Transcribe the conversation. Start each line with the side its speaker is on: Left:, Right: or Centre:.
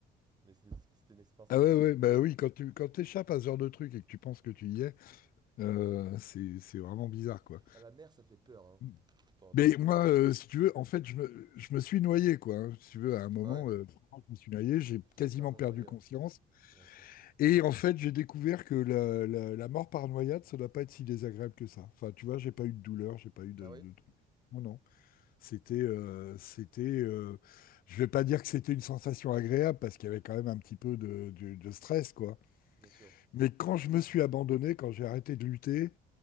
Right: Mais c'était c'était une expérience
Left: Ah
Right: incroyable.
Left: ouais, ouais, bah
Right: Mm.
Left: oui, quand tu quand t'échappes à ce genre de truc et que tu penses que tu y es, euh, c'est c'est vraiment bizarre, quoi.
Right: À la mer, ça fait peur, hein,
Left: Mm.
Right: de temps en temps.
Left: Mais moi, euh, si tu veux, en fait, je me, je me suis noyé, quoi. hein. Si tu veux, à un moment,
Right: Bah ouais,
Left: euh, vraiment, je me suis noyé, j'ai
Right: t'es
Left: quasiment
Right: carrément
Left: perdu
Right: noyé.
Left: conscience.
Right: Ouais, Ouais, c'est fou.
Left: Et en fait, j'ai découvert que la, la- la mort par noyade, ça doit pas être si désagréable que ça. Enfin, tu vois, j'ai pas eu de douleur, j'ai pas eu de,
Right: Ah oui?
Left: de truc. Non, non. C'était, euh, c'était. euh, je vais pas dire que c'était une sensation agréable parce qu'il y avait quand même un petit peu de, de- de stress, quoi.
Right: Bien sûr.
Left: Mais quand je me suis abandonné, quand j'ai arrêté de lutter,